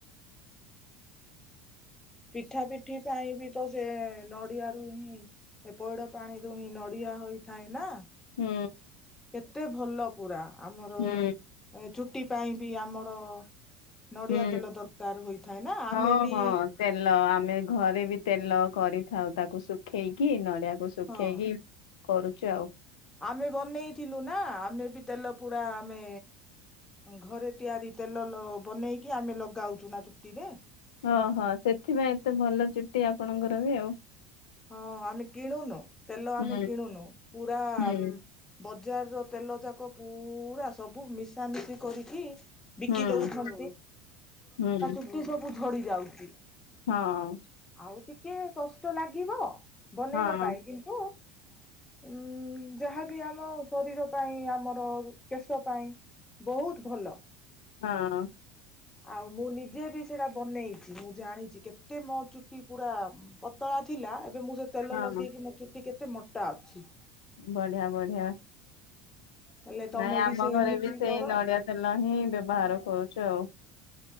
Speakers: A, on the left; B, on the left.
A: ପିଠା ପିଠି ପାଇଁ ବି ତ ସେ ନଡିଆରୁ ହିଁ ପଇଡ ପାଣିରୁୁ ହିଁ ନଡିଆ ହୋଇଥାଏ ନା
B: ହୁଁ
A: ଏତେ ଭଲ ପୁରା ଆମର
B: ହୁଁ
A: ଛୁଟି ପାଇଁ ବି ଆମର ନଡିଆ
B: ହୁଁ
A: ତେଲ ଦରକାର ହୋଇଥାଏ ନା ଆମେ
B: ହଁ
A: ବି
B: ହଁ ତେଲ ଆମେ ଘରେ ବି ତେଲ କରିଥାଉ ତାକୁ ଶୁଖେଇକି ନଡିଆକୁ ଶୁଖେଇକି
A: ହଁ
B: କରୁଛୁ ଆଉ
A: ଆମେ ବନେଇଥିଲୁ ନା ଆମେ ବି ତେଲ ପୁରା ଆମେ ଘରେ ତିଆରି ତେଲ ବନେଇକି ଆମେ ଲଗାଉଛୁ ନା ଚୁଟିରେ।
B: ଓଁହଁ ସେଥିପାଇଁ ଏତେ ଭଲ ଚୁଟି ଆପଣଙ୍କର ବି ଆଉ।
A: ହଁ ଆମେ କିଣୁନୁ ତେଲ
B: ହୁଁ
A: ଆମେ କିଣୁନୁ ପୁରା
B: ହୁଁ
A: ବଜାର ର ତେଲ ତେଲ ଯାକ ପୁରା ସବୁ ମିଶାମିଶି କରିକି ବିକି
B: ହୁଁ
A: ଦଉଚନ୍ତି
B: ହୁଁ।
A: ଚୁଟି ସବୁ ଝଡି ଯାଉଚି।
B: ହଁ
A: ଆଉ ଟିକେ କଷ୍ଟ ଲାଗିବ ବନେଇବା
B: ହଁ
A: ପାଇଁ କିନ୍ତୁ
B: <unintelligible>
A: ଉଁ ଯାହାବି ଆମ ଶରୀର ପାଇଁ ଆମର କେଶ ପାଇଁ ବହୁତ ଭଲ।
B: ହଁ।
A: ଆଉ ମୁଁ ନିଜେ ବି ସେଇଟା ବନେଇଚି। ମୁଁ ଜାଣିଚି କେତେ ମୋ ଚୁଟି ପୁରା ପତଳା ଥିଲା ଏବେ ମୁଁ ସେ ତେଲ
B: ହଁ
A: ଲଗେଇକି ମୋ ଚୁଟି କେତେ ମୋଟା ଅଛି।
B: ବଢିଆ ବଢିଆ।
A: ହେଲେ ତମେ
B: ନାଇଁ ଆମ
A: ବି ସେ
B: ଘରେ
A: ଏମିତି
B: ବି ସେଇ
A: କର
B: ନଡିଆ ତେଲ ହିଁ ବ୍ୟବହାର କରୁଚୁ ଆଉ।